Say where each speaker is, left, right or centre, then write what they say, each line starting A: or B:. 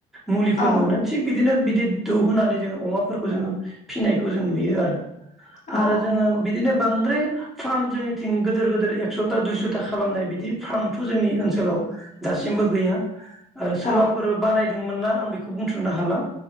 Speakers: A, in the centre; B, on the left (about 45°).
A: मुलिफोर
B: औ
A: मोनो थिग बिदिनो बि बि दौ होनानै जोङो अमाफोरखौ जोङो फिसिनायखौ जों नुयो आरो
B: औ
A: आरो
B: औ
A: जोङो
B: नंगौ
A: बिदिनो बांद्राय फार्म जोंनिथिं गोदोर गोदोर एकस'था दुइस'था खालामनाय बिदि फार्मथ' जोंनि ओनसोलाव दासिमबो गैया आरो
B: औ
A: सोरबाफोर बानाय दों मोना आं बेखौ बुंथ'नो हाला